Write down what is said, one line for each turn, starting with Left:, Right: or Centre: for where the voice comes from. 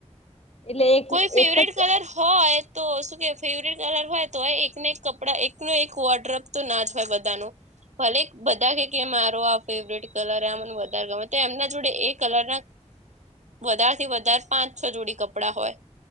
Left: એટલે એક
Right: કોઈ ફેવરેટ
Left: એક જ
Right: કલર હોય. તો શું કે ફેવરેટ કલર હોય તો એકના એક કપડા એકનો એક વોટરપ તો ના જ હોય બધાનું. ભલે બધા કે કે મારો આ ફેવરેટ કલર આ મને વધારે ગમે તો એમના જોડે એ કલર ના
Left: <inaudible>
Right: વધારે થી વધારે પાંચ છ જોડી કપડાં હોય